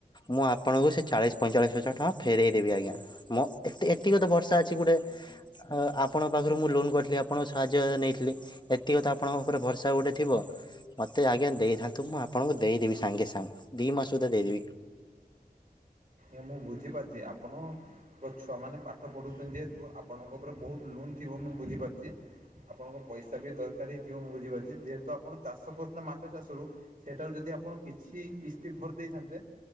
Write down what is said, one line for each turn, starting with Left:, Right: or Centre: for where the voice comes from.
Left: ମୁଁ ଆପଣଙ୍କୁ ସେ ଚାଳିଶ ପଇଁଚାଳିଶ ହଜାର ଟଙ୍କା ଫେରଇ ଦେବି ଆଜ୍ଞା। ମ ଏ ଏତିକ ତ ବର୍ଷା ଅଛି ଗୋଟେ ହ ଆପଣଙ୍କ ପାଖରୁ ମୁଁ ଲୋନ କରିଥିଲି ଆପଣଙ୍କ ସାହାଯ୍ୟ ନେଇଥିଲି। ଏତିକ ତ ଆପଣଙ୍କ ପାଖରେ ଭରସା ଗୋଟେ ଥିବ। ମତେ ଆଜ୍ଞା ଦେଇଥାନ୍ତୁ ମୁଁ ଆପଣଙ୍କୁ ଦେଇଦେବି ସାଙ୍ଗେ ସାଙ୍ଗେ ଦି ମାସ ସୁଦ୍ଧା ଦେଇଦେବି।
Right: ଏ ମୁଁ ବୁଝିପାରୁଛି ଆପଣ। ଛୁଆମାନେ ପାଠ ପଢ଼ୁଛନ୍ତି ଯେହେତୁ ଆପଣଙ୍କ ଉପରେ ବହୁତ ଲୁନ୍ ଥିବ ମୁଁ ବୁଝିପାରୁଛି। ଆପଣଙ୍କ ପଇସା ବି ଦରକାର ହେଇଥିବ ମୁଁ ବୁଝିପାରୁଛି ଯେହେତୁ ଆପଣ ଚାଷ କରୁଥିଲେ ମାଛ ଚାଷରୁ। ସେଇଟାରୁ ଯଦି ଆପଣ କିଛି କିସ୍ତି ଭରି ଦେଇଥାନ୍ତେ